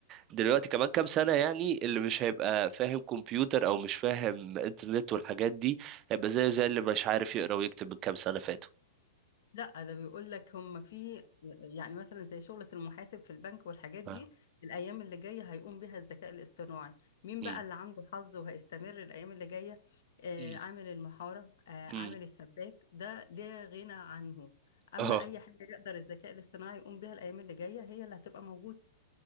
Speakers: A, on the right; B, on the left.
A: دلوقتي كمان كام سنة يعني اللي مش هيبقى فاهم كمبيوتر او مش فاهم انترنت والحاجات دي هيبقى زي زي اللي مش عارف يقرا ويكتب من كام سنة فاتوا
B: لا ده بيقول لك هم في يعني مثلا زي شغلة المحاسب في البنك والحاجات دي
A: آه.
B: الأيام اللي جاية هيقوم بها الذكاء الاصطناعي مين
A: مم.
B: بقى اللي عنده حظ وهيستمر الأيام اللي جاية آه
A: مم.
B: عامل المحارة آه عامل
A: مم.
B: السباك ده لا غنى عنه أما
A: اه
B: أي حاجة يقدر الذكاء الاصطناعي يقوم بها الأيام اللي جاية هي اللي هتبقى موجودة